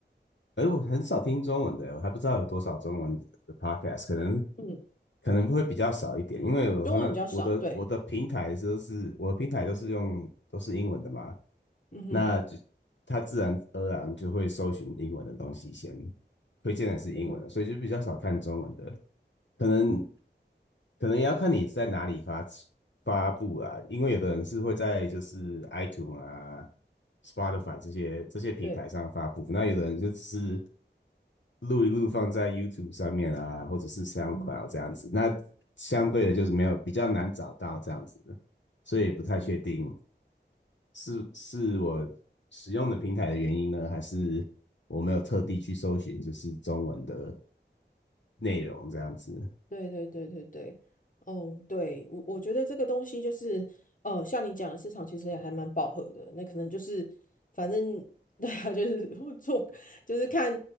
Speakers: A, on the left; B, on the left.
A: 哎，我很少听中文的，我还不知道有多少中文的 podcast，可能
B: 嗯
A: 可能会比较少一点，因为我通常我的我的平台都是我的平台都是用都是英文的嘛，
B: 中文比较少，对，嗯哼，
A: 那就它自然而然就会搜寻英文的东西先，推荐的是英文的，
B: 嗯，
A: 所以就比较少看中文的，可能可能也要看你在哪里发发布啊，因为有的人是会在就是 iTunes 啊、Spotify 这些这些平台上发布，
B: 对，
A: 那有的人就只是录一录放在 YouTube 上面啊，或者是 SoundCloud
B: 嗯哼，
A: 这样子。那相对的就是没有比较难找到这样子，所以也不太确定
B: 嗯哼，
A: 是是我使用的平台的原因呢，还是我没有特地去搜寻就是中文的内容这样子。
B: 对对对对对，哦，对，我我觉得这个东西就是，呃，像你讲的市场其实也还蛮饱和的，那可能就是，反正 <laughs> 对啊，就是做，就是看